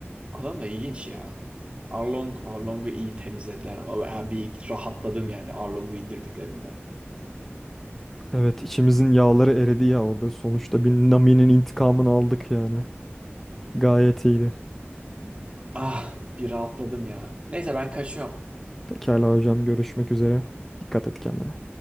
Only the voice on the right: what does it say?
adam da ilginç ya. Arlong Arlong'u iyi temizlediler ama ben bir rahatladım yani Arlong'u indirdiklerinde.
Ah bir rahatladım ya. Neyse ben kaçıyorum.